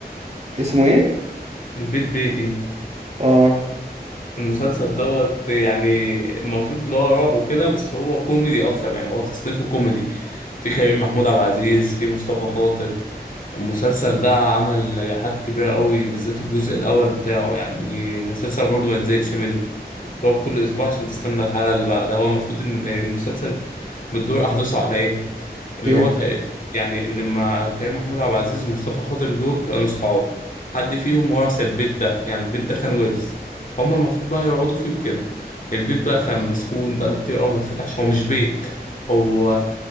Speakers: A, on the right (about 40°); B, on the left (about 50°).
A: اسمه إيه؟
B: البيت بيتي
A: آه
B: المسلسل دوت يعني المفروض اللي هو رعب وكده بس هو كوميدي اكتر يعني هو تصنيفه كوميدي في كريم محمود عبد العزيز في مصطفى خاطر المسلسل ده عمل نجاحات كبيرة قوي بالذات الجزء الأول بتاعه يعني المسلسل برضه ما يتزهقش منه كنت بقعد كل أسبوع عشان تستنى الحلقة اللي بعدها هو المفروض إن المسلسل بتدور أحداثه على إيه؟ إن
A: إيه؟
B: هو تق- يعني إن مع كريم محمود عبد العزيز ومصطفى خاطر دول كانوا صحاب حد فيهم ورث البيت ده يعني البيت ده كان ورث فهم المفروض بقى يقعدوا فيه وكده البيت بقى كان مسكون بقاله كتير أوي ما اتفتحش هو مش بيت هو